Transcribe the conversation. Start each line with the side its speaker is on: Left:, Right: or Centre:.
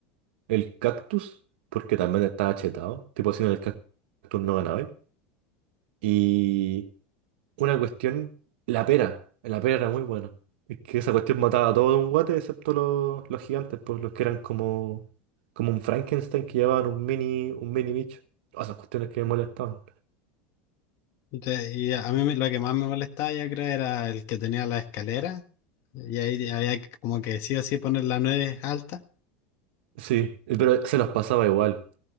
Right: el cactus, porque también estaba chetado, tipo si no el cactus no ganaba. Y una cuestión, la pera, la pera era muy buena. Es que esa cuestión mataba a todo de un guate, excepto los, los gigantes, pues los que eran como, como un Frankenstein que llevaban un mini, un mini bicho. Todas esas cuestiones que me molestaban.
Left: Y, te- y a mí me- lo que más me molestaba yo creo era el que tenía la escalera y ahí había que- como que sí o sí poner la nuez alta.
Right: Sí, pero se los pasaba igual.